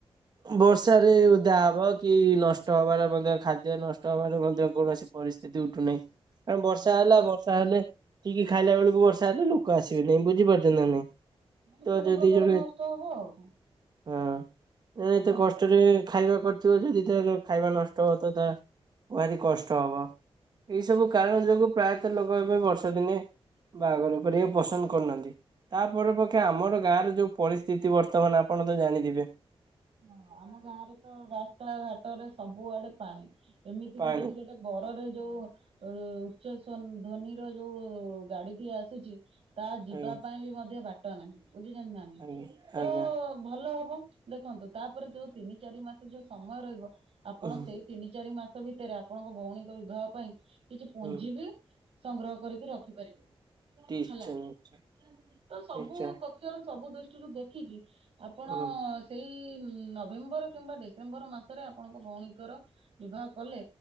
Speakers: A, on the right; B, on the right.
A: ବର୍ଷ ଉଧା ହବ କି ନଷ୍ଟ ହବାରେ ମଧ୍ୟ ଖାଦ୍ୟ ନଷ୍ଟ ହବାର ମଧ୍ୟ ମଧ୍ୟ କୌଣସି ପରିସ୍ଥିତି ଉଠୁନାହିଁ କାରଣ ବର୍ଷା ହେଲା ବର୍ଷା ହେଲେ ଠିକ୍ ଖାଇଲା ବେଳକୁ ବର୍ଷା ହେଲେ ଲୋକ ଆସିବେ ନାହିଁ ବୁଝି ପାରୁଛନ୍ତି ନା ନାଇଁ?
B: ମ
A: ତ
B: ସବୁ
A: ଯଦି
B: ପ୍ରକାର
A: ଜଣେ
B: ନଷ୍ଟ ହବ ଆଉ କଣ?
A: ହଁ
B: ଦେଖନ୍ତୁ
A: ଏତେ କଷ୍ଟରେ ଖାଇବା କରିଥିବ, ଯଦି ତା ଖାଇବା ନଷ୍ଟ ହ ତ ତା ଭାରି କଷ୍ଟ ହବ, ଏଇ ସବୁ କାରଣ ଯୋଗୁଁ ପ୍ରାୟତଃ ଲୋକ ଏବେ ବର୍ଷ ଦିନେ ବାହାଘର କରିବାକୁ ପସନ୍ଦ କରୁନାହାନ୍ତି। ତାପରେ ପଛେ ଆମର ଗାଁରେ ଯୋଉ ପରିସ୍ଥିତି, ବର୍ତ୍ତମାନ ଆପଣ ତ ଜାଣିଥିବେ?
B: ହଁ ଆମ ଗାଁ ରେ ତ ରାସ୍ତା ଘାଟରେ ସବୁଆଡେ ପାଣି, ଏମିତି
A: ପାଣି
B: କିି ଯଦି ଗୋଟେ ବରରେ ଯୋଉ ଉଚ୍ଚ ଧ୍ୱନିର ଯୋଉ ଗାଡିଟି ଆସୁଛି ତା ଯିବା
A: ଆଜ୍ଞା
B: ପାଇଁ ବି ମଧ୍ୟ ବାଟ ନାହିଁ ବୁଝିଛନ୍ତିଛନ୍ତି ନା
A: ଆଜ୍ଞା
B: ତ
A: ଆଜ୍ଞା
B: ଭଲ ହବ, ଦେଖନ୍ତୁ ତାପରେ ଯୋଉ ତିନି ଚାରି ମାସ ଯୋଉ ସମୟ ରହିବ, ଆପଣ
A: ହୁଁ
B: ସେଇ ତିନି ଚାରି ମାସ ଭିତରେ ଆପଣଙ୍କ ଭଉଣୀଙ୍କ ବିବାହ ପାଇଁ କିଛି ପୁଞ୍ଜି
A: ହୁଁ
B: ବି ସଂଗ୍ରହ କରିକି ରଖିପାରିବେ
A: ନିଶ୍ଚୟ
B: ହେଲା।
A: ନିଶ୍ଚୟ
B: ତ ସବୁ
A: ନିଶ୍ଚୟ
B: କକ୍ଷରୁ ସବୁ ଦୃଷ୍ଟିରୁ ଦେଖିକି ଆପଣ
A: ହୁଁ
B: ସେଇ ନଭେମ୍ବର କିମ୍ବା ଡିସେମ୍ବର ମାସରେ ଆପଣଙ୍କ ଭଉଣୀଙ୍କର ବିବାହ କଲେ